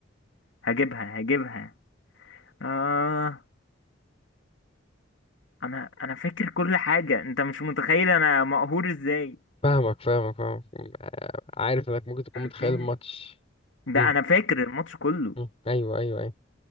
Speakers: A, on the left; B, on the left.
A: هجيبها هجيبها آه أنا أنا فاكر كل حاجة أنت مش متخيل أنا مقهور إزاي
B: فاهمك فاهمك فاهمك آه عارف انك ممكن تكون متخيل
A: 2000
B: الماتش
A: ده
B: مم،
A: أنا فاكر الماتش كله
B: مم، ايوه ايوه أيوه.